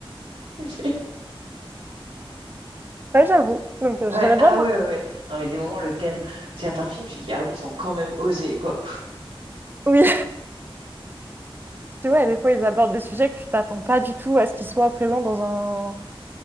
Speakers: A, on the right; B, on the right.
A: <laughs>
B: Ouais, j'avoue. Donc euh,
A: Ouais,
B: j'aimerais
A: ah
B: bien voir.
A: ouais, ouais. ouais. Non, mais des moments, le thème de certains films, tu dis, ah oui, ils ont quand même osé, quoi.
B: Oui, <laughs> tu vois, des fois ils abordent des sujets que tu t'attends pas du tout à ce qu'ils soient présents dans un,